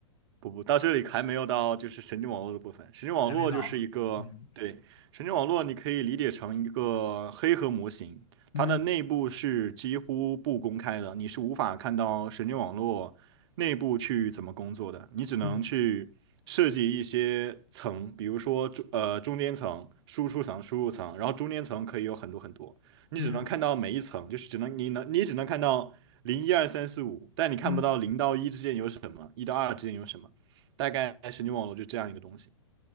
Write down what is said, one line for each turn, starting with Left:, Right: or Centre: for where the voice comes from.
Right: 不不，到这里还没有到就是神经网络的部分。神经网络就是一个，
Left: 还没到。嗯
Right: 对，神经网络你可以理解成一个黑盒模型，它的内部是几乎不公开的，
Left: 嗯
Right: 你是无法看到神经网络内部去怎么工作的，你只能去设计一些层，
Left: 嗯
Right: 比如说中呃中间层、输出层、输入层，然后中间层可以有很多很多，你只能看到每一层，
Left: 嗯
Right: 就是只能你能你只能看到零一二三四五，但你看不到零到一之间有什么，
Left: 嗯，
Right: 一到二之间有什么。大概神经网络就这样一个东西。